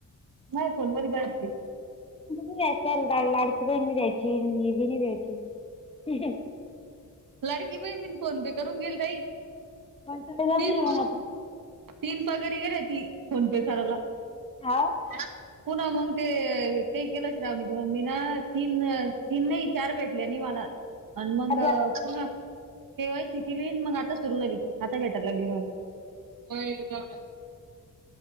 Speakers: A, on the right; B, on the left.
A: नाही फोन व बायते
B: द्यायच लाडकी ब द्यायची मी बी द्यायची
A: लाडकी प बीन फोन ब करून गेल ताई
B: मग तुला जमेल
A: तीन
B: मग आता.
A: तीन पगारी गेले ती फोनपे करायला
B: हा
A: हा पुन्हा मग ते काही केलं णीची मम्मी ना तीन तीन नाही चार भेटले आणि मला आणि मग
B: अर्ध्या
A: पुन्हा केव्हासी केली मग आता सुरू झाली आता भेटायला लागे मला